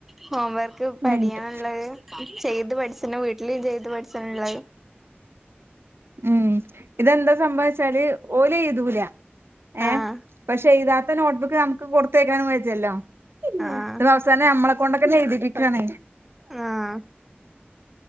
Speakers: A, in the centre; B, on the right (about 75°).
A: ഹോംവർക്ക് പഠിയ
B: മിനിറ്റ്
A: ള്ളത് ചെയ്ത് പഠിച്ചണ് വീട്ടിലും ചെയ്ത് പഠിച്ച് ന് ല്ലേ
B: ഉം ഇതെന്താ സംഭവച്ചാല് ഓല് എഴുതൂ ല ഏഹ്
A: ആഹ്
B: പക്ഷെ എയ്താ ത്ത നോട്ട്ബുക്ക് നമുക്ക് കൊടുത്തേക്കാനും വെജ്ജാല്ലോ ഇ
A: ആഹ്
B: ത വസാനം നമ്മളെ കൊണ്ടൊക്കെ എഴു തിപ്പിക്കാ ണേ
A: ആഹ്